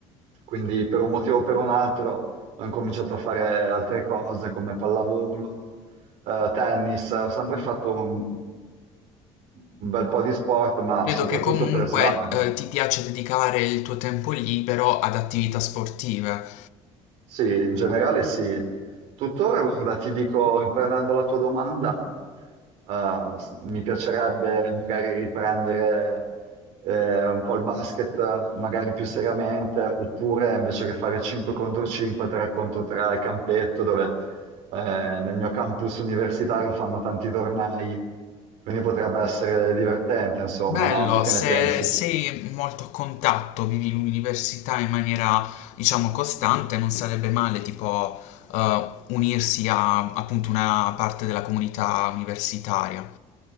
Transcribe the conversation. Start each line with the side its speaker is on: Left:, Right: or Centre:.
Right: quindi per un motivo o per un altro ho incominciato a fare altre cose come pallavolo, eh, tennis, ho sempre fatto un un bel po' di sport, ma
Left: Credo
Right: soprattutto
Left: che comunque,
Right: per svago.
Left: eh,
Right: no?
Left: ti piace dedicare il tuo tempo libero ad attività sportive.
Right: Sì, in generale sì. Tuttora, guarda, ti dico, riprendendo la tua domanda, eh, s- mi piacerebbe magari riprendere eh, un po' il basket, eh, magari più seriamente, oppure invece che fare 5 contro 5, 3 contro 3 al campetto, dove eh, nel mio campus universitario fanno tanti tornei, quindi potrebbe essere divertente, insomma,
Left: Bello,
Right: no? Tu che
Left: se
Right: ne pensi?
Left: sei molto a contatto, vivi l'università in maniera, diciamo, costante, non sarebbe male, tipo, eh, unirsi a appunto una parte della comunità universitaria.